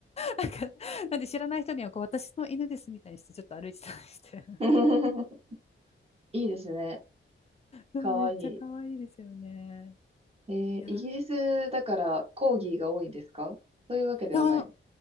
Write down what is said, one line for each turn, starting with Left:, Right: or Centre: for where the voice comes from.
Left: なんか、なんで知らない人にはこう私の犬ですみたいにしてちょっと歩いてたりして。
Right: <laughs> いいですね。
Left: そう、
Right: かわいい。
Left: めっちゃ可愛いですよね。
Right: えーイギリスだからコーギーが多いんですかそういうわけではない。
Left: いや、いや